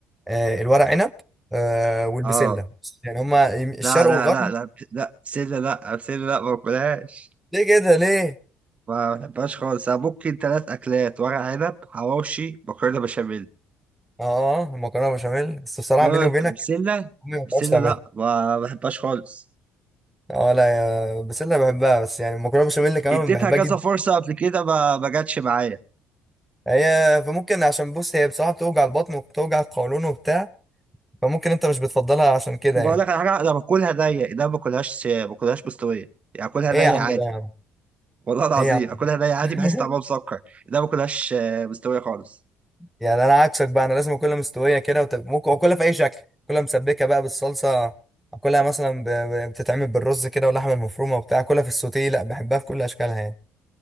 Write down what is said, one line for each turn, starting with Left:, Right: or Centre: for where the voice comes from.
Centre: آه، الورق عنب آه، والبسله
Right: اه
Centre: يعني هما الشرق
Right: لا لا
Centre: والغرب
Right: لا لا بس- لا بسلة لا بسلة لا ما باكلهاش
Centre: ليه كده ليه
Right: ما بحبهاش خالص انا ممكن ثلاث اكلات ورق عنب حواوشي مكرونه بشاميل
Centre: اه المكرونه بشاميل بس بصراحه
Right: انما
Centre: بيني وبينك
Right: بسلة
Centre: امي ما
Right: بسلة
Centre: بتعرفش تعملها
Right: لا ما بحبهاش خالص
Centre: اه لا يا بس انا بحبها بس يعني المكرونه بشاميل كمان
Right: اديتها
Centre: بحبها
Right: كذا
Centre: جدا
Right: فرصه قبل كده ما ما جاتش معايا
Centre: هي فممكن عشان بص هي بصراحه بتوجع البطن وبتوجع القولون وبتاع فممكن انت مش بتفضلها عشان كده
Right: بقول
Centre: يعني
Right: لك على حاجه انا باكلها نيه انا ما باكلهاش ما باكلهاش مستويه يعني اكلها نيه
Centre: ايه يا عم
Right: عادي
Centre: ده يا عم
Right: والله العظيم
Centre: ايه يا عم
Right: اكلها نيه عادي
Centre: <laughs>
Right: بحس طعمها مسكر انا ما باكلهاش آه، مستويه خالص
Centre: يعني انا عكسك بقى انا لازم اكلها مستويه كده وتب... ممكن اكلها في اي شكل اكلها مسبكه بقى بالصلصه اكلها مثلا ب... ب- بتتعمل بالرز كده واللحمه المفرومه وبتاع اكلها في السوتيه لا بحبها في كل اشكالها يعني